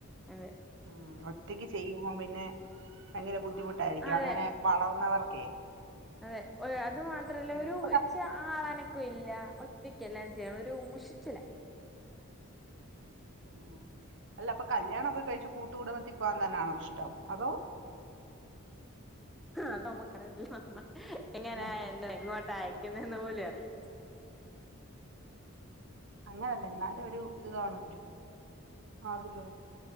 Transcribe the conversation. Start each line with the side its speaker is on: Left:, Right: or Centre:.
Centre: അതെ
Right: ഉം ഒറ്റയ്ക്ക് ചെയ്യുമ്പോം പിന്നെ ഭയങ്കര ബുദ്ധിമുട്ടായിരിക്കും
Centre: അതെ
Right: അങ്ങനെ വളർന്നവർക്കെ
Centre: അതെ അത് മാത്രല്ല ഒരു
Right: അപ്പൊ ക
Centre: എച്ചാ ആളനക്കും ഇല്ല ഒറ്റക്ക് എല്ലാം ചെയ്യണം ഒരു മുഷിച്ചില്ല
Right: ഉം അല്ല അപ്പൊ കല്യാണൊക്കെ കഴിച്ചു കൂട്ടുകൂടുംത്തി പോകാൻ തന്നൊണോ ഇഷ്ടം അതോ
Centre: അത് നമ്മക്കറിയത്തില്ല നമ്മ എങ്ങന
Right: അല്ലെ
Centre: എന്താ എങ്ങോട്ട് അയക്കുന്നന്ന് പോലും അറിയത്തില്ല
Right: അങ്ങനെയല്ല എന്നാലും ഒരു ഇത് കാണവാല്ലോ ആഗ്രഹം